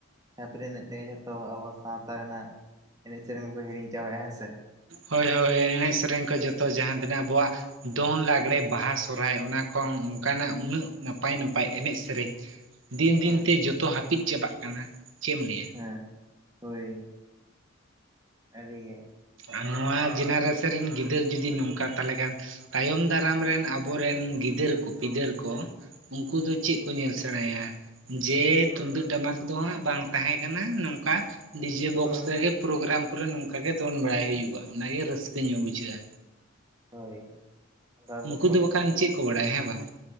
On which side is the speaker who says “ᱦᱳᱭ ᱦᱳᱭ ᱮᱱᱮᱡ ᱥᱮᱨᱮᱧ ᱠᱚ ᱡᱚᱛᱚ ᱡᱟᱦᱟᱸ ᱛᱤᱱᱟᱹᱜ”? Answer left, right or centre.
Right